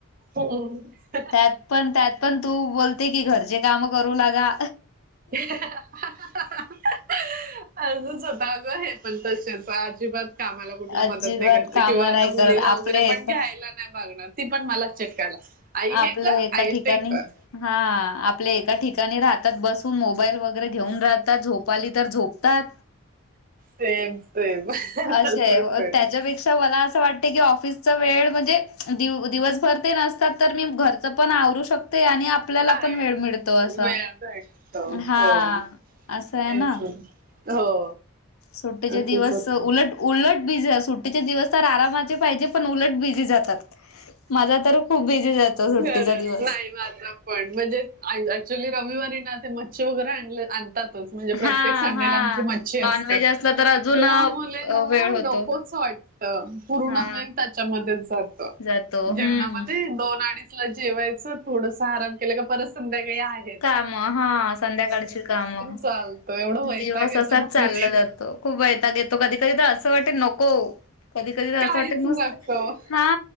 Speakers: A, on the right; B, on the left.
A: हा हा..
B: त्यात पण त्यात पण तू बोलते की घरचे काम करू लागा.
A: <unintelligible> असच होता, अग हे पण तशेच अजिबात कामाला कुठली
B: अजिबात
A: मदत नाही करत
B: काम
A: किंवा
B: नाही
A: आता
B: करत
A: मुलीला
B: आपले
A: वगैरे
B: एका
A: पण घ्यायला नाही जाणार ती पण मला चिटकायला. आई
B: आपले
A: हे कर
B: एका
A: आई
B: ठिकाणी
A: ते कर.
B: हा आपले एका ठिकाणी राहतात, बसून मोबाईल बघत. वगैरे घेऊन राहतात झोप आली तर झोपतात.
A: सेम सेम
B: असे
A: तसच आहे.
B: त्याच्यापेक्षा मला अस वाटत की ऑफिसचा वेळ म्हणजे दिवसभर ते नसतात. तर मी घरचं पण आवरू शकते. ते आणि आपल्याला
A: आणि
B: पण वेळ मिळतो असं,
A: वेळ भेटतो
B: हा
A: हो
B: अस आहे
A: तेच
B: ना!
A: हो.
B: सुट्टीचे
A: असंच
B: दिवस
A: होतं.
B: उलट, उलट बीजी सुट्टीचे दिवस तर आरामाचे पाहिजे. पण उलट बिझी जातात. माझा तर खूप बीझी जातो.
A: खरच,
B: सुट्टीचा दिवस
A: नाही माझा पण म्हणजे आज एक्चुली रविवारी ना ते मच्छी वगैरे आणले आणतात. म्हणजे प्रत्येक
B: हा
A: संडेला
B: हा
A: आमची मच्छी असते.
B: नॉनव्हेज असलं अजून
A: तर मुलींना
B: वेळ होतो
A: नकोच वाटते. पूर्ण
B: हा
A: वेळ त्याच्यामध्ये जातो.
B: जातो हम्म
A: जेवणामध्ये दोन अडीच जेवायचं थोडसं आराम केलं, का परत संध्याकाळी आहे.
B: कामं हा संध्याकाळची कामं,
A: चालतं एवढं वैताग
B: दिवस
A: येतो
B: असाच
A: ना
B: चालला
A: कधी
B: जातो. खूप वैताग येतो, कधी कधी तर असं वाटते नको. हो कधी कधी तर
A: काहीच
B: असं वाटत मस्त
A: नको
B: हा